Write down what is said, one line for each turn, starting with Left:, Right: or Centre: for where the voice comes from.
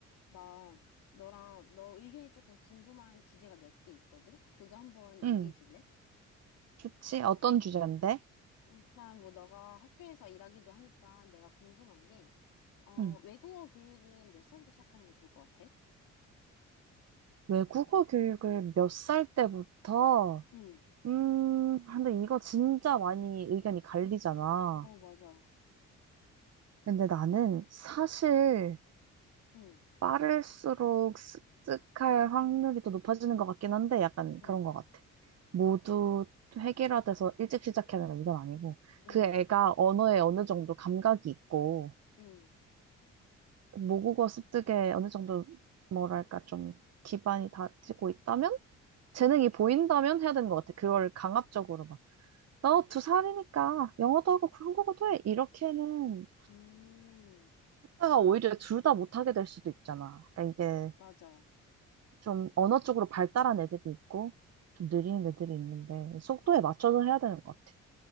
Left: 나 너랑 너 의견이 조금 궁금한 주제가 몇 개 있거든? 그거 한번 얘기해
Right: 응,
Left: 줄래?
Right: 좋지. 어떤 주제인데?
Left: 일단 뭐 너가 학교에서 일하기도 하니까 내가 궁금한 게, 어,
Right: 응.
Left: 외국어 교육은 몇 살부터 시작하는 게 좋을 것 같아?
Right: 외국어 교육을 몇 살 때부터?
Left: 응.
Right: 음, 근데 이거 진짜 많이 의견이 갈리잖아.
Left: 어, 맞아.
Right: 근데 나는 사실
Left: 응,
Right: 빠를수록 습득할 확률이 더 높아지는 것 같긴 한데 약간
Left: 응,
Right: 그런 것 같아. 모두 획일화돼서 일찍 시작해야 된다 이건 아니고
Left: 응,
Right: 그 애가 언어에 어느 정도 감각이 있고
Left: 응,
Right: 모국어 습득에 어느 정도 뭐랄까 좀 기반이 다지고 있다면 재능이 보인다면 해야 되는 것 같아. 그걸 강압적으로 막, 너 두 살이니까 영어도 하고 한국어도 해. 이렇게는
Left: 음,
Right: 하다가 오히려 둘 다 못하게 될 수도 있잖아. 그러니까 이게
Left: 맞아.
Right: 좀 언어 쪽으로 발달한 애들이 있고, 좀 느린 애들이 있는데, 속도에
Left: 아,
Right: 맞춰서 해야 되는 것 같아.